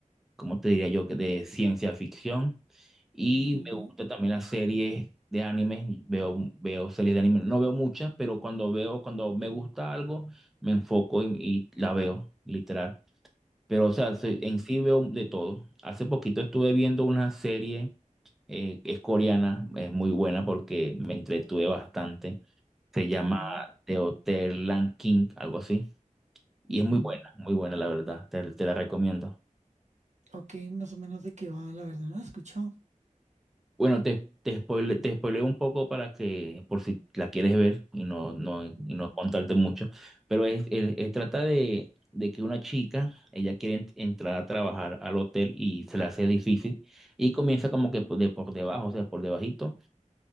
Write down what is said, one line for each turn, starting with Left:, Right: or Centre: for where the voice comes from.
Centre: como te diría yo, que de ciencia ficción. Y
Right: Ujú,
Centre: me gusta también las series de anime. Veo, veo series de anime. No veo muchas, pero cuando veo, cuando me gusta algo, me enfoco y, y la veo, literal. Pero, o sea, se- en sí veo de todo. Hace poquito estuve viendo una serie, eh, que es coreana, es muy buena porque me entretuve bastante. Se
Right: ujú,
Centre: llama The Hotel Lan King, algo así. Y
Right: ujú.
Centre: es muy buena, muy buena, la verdad. te te la recomiendo.
Right: Ok, más o menos de qué va, la verdad no lo he escuchado.
Centre: Bueno, te, te spoile- te spoileo un poco para que, por si la quieres ver y no, no,
Right: Ujú,
Centre: y no contarte mucho, pero es, es- es- trata de, de que una chica, ella quiere ent- entrar a trabajar al hotel y se le hace difícil y comienza como que por, de, por debajo, o sea, por debajito,